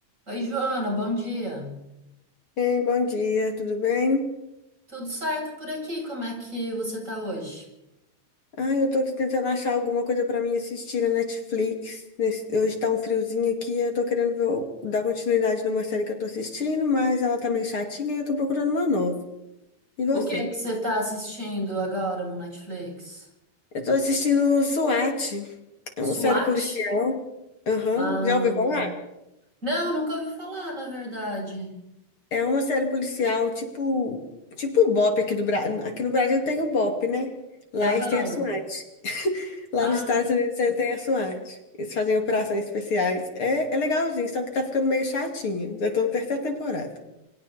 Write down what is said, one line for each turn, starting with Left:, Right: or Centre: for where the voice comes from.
Right: Oi, Joana, bom dia.
Left: Ei, bom dia, tudo bem?
Right: Tudo certo por aqui? Como é que você tá hoje?
Left: Ah, eu tô aqui tentando achar alguma coisa pra mim assistir na Netflix. Nesse- hoje tá um friozinho aqui, eu tô querendo ver o- dar continuidade numa série que eu tô assistindo, mas ela tá meio chatinha e eu tô procurando uma nova. E você?
Right: O que é que você tá assistindo agora no Netflix?
Left: Eu tô assistindo SWAT, é
Right: SWAT?
Left: uma série policial. Aham,
Right: Ah,
Left: Já ouviu falar?
Right: não, nunca ouvi falar, na verdade.
Left: É uma série policial tipo, tipo o BOPE aqui do Brasil. Aqui no Brasil tem o BOPE, né? Lá
Right: Aham.
Left: eles têm a SWAT. Lá
Right: Ah,
Left: nos Estados Unidos eles têm a SWAT. Eles fazem operações especiais. É, é legalzinho, só que tá ficando meio chatinho. Já tô na terceira temporada.